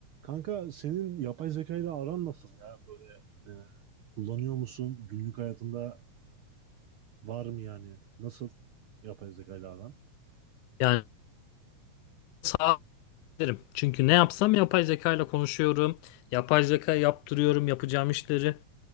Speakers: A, on the right (about 70°); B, on the left (about 85°).
A: Kanka senin yapay zeka ile aran nasıl ya? Böyle e, kullanıyor musun? Günlük hayatında var mı yani? Nasıl yapay zeka ile aran?
B: Yani sağ derim. Çünkü ne yapsam yapay zeka ile konuşuyorum. Yapay zeka yaptırıyorum yapacağım işleri.